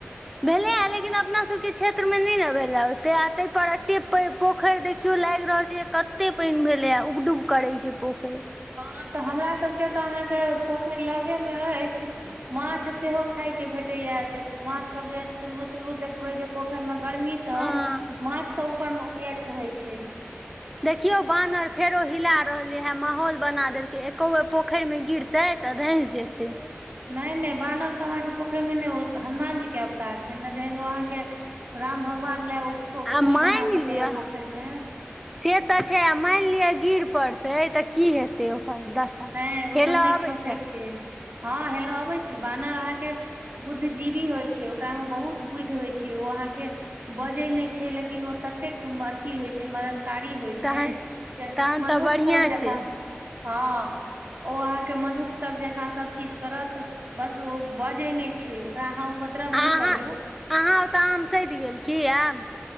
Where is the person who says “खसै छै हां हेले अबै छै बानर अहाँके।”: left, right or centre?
Right